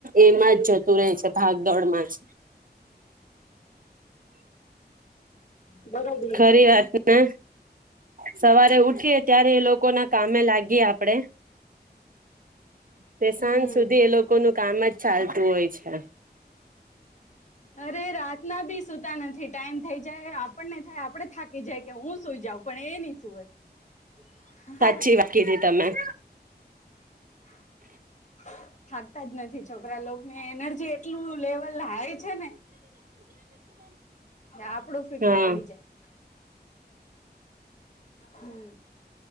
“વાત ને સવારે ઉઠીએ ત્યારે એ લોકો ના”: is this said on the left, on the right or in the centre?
Right